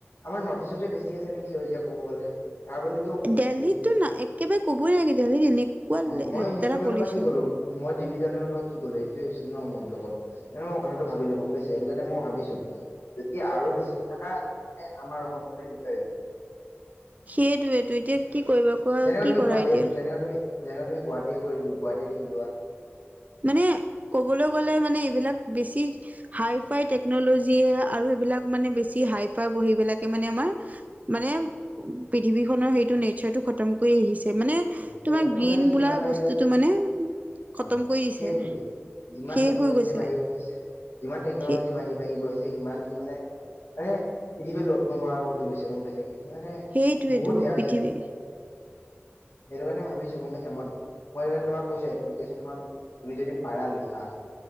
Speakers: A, on the left (about 70°); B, on the right (about 35°).
A: আমাৰ নৰ্থ ইষ্টটে বেছি আছে নেকি, সেউজীয়া ক'ব গ'লে। তাৰ বুলিতো,
B: দেলহিততো
A: মোৰ,
B: না একেবাৰে ক'বই নালাগে দেলহিত এনেকুৱা
A: অ' মই
B: লেতেৰা
A: সেই তোমাক,
B: পলিউচন
A: মই কি কলো, মই দিল্লী যাওঁতে মই তোমাক কি কলো এইটোয়ে হৈছিল ন, মোৰ। লগত, এই মই কথাটো ভাবিলো গম পাইছে, সেইটো কাৰণে মই ভাবিছোঁ। যদি আৰু বেছি থাকা, মানে আমাৰ অসমখনো এনেকুৱাই হৈ যাব।
B: সেইটোৱেই। তো এতিয়া কি কৰিবা কোৱা
A: যেনেকুৱা
B: কি
A: তুমি
B: কৰা
A: গুৱাহাটীৰ,
B: এতিয়া
A: যেনেকা তুমি যেনেকা তুমি গুৱাহাটীয়ে কৰি, গুৱাহাটীয়ে দেখি লোৱা।
B: মানে ক'বলৈ গলে, মানে এইবিলাক বেছি হাই ফাই টেকনলজিয়ে। আৰু এইবিলাক মানে বেছি হাই ফাই বহি বিলাক। মানে আমাৰ <inaudible> মানে পৃথিৱীখনৰ সেইটো নেচাৰ টো খতম কৰি আহিছে। মানে তোমাৰ
A: টেকন'লজি
B: গ্ৰীণ বোলা
A: যিমান বাঢ়ি
B: বস্তুটো
A: গৈছে
B: মানে। খতম।।
A: অ
B: কৰি দিছে
A: শেষ হৈ গৈছে যিমান
B: শেষ
A: টেকন'লজি
B: হৈ গৈছে
A: বাঢ়ি গৈ আছে। যিমান টেকনলজি
B: সেই
A: বাঢ়ি বাঢ়ি।। গৈছে সিমানতো মানে মানে পৃথিৱাে লৌদ নোহোৱা হৈ গৈছে। গম পাইছে কি।। কি মানে
B: সেইটোৱেতো
A: বহুত সেয়া হৈছে
B: পৃথিৱী।
A: সেইটো কাৰণে ভাবিছো গম পাইছা মই।। মই সেই কাৰণে তোমাক কৈছোৱে, এপ্লিকেচন খন তুমি যদি পাৰা লিখা।